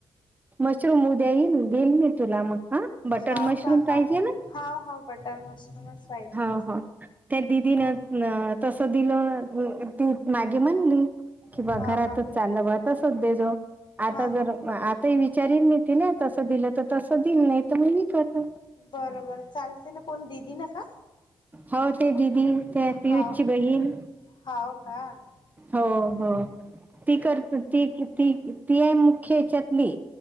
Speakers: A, on the right; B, on the left.
A: मशरूम उद्या यीन देईल मी तुला मग हा. बटर
B: हाव
A: मशरूम
B: का हा
A: पाहिजे ना?
B: हाव, हाव. बटर मशरूमच पाहिजे
A: हाव, हाव. त्या दिदीनं
B: हा
A: तसं दिलं ती मागे म्हणली कि बा
B: हा
A: घरातच
B: हा
A: चाललं बुवा तसच दे जो. आता
B: हा
A: जर
B: हा
A: आत ते विचारील मी तिला तसं दिलं तर तसं देईन, नाही तर मग विकत.
B: बर बर चालते ना. कोण दिदीन का?
A: हो ते दिदी त्या पियुषची
B: हाव
A: बहीण
B: हाव का?
A: हो
B: हम्म.
A: हो ती कर ती ती किती ती आहे मुख्य याच्यातली.